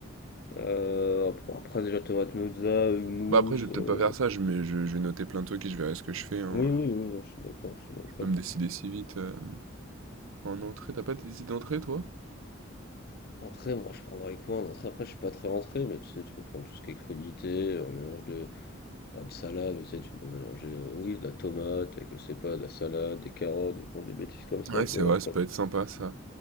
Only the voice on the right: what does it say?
Bah, après, je vais
peut-être pas faire ça, je mais je je vais noter plein de trucs et je verrai ce que je fais, hein,
Comme décider si vite, heu, en entrée, t'as pas décidé d'entrée, toi?
Ouais,
c'est vrai,
ça peut
être sympa ça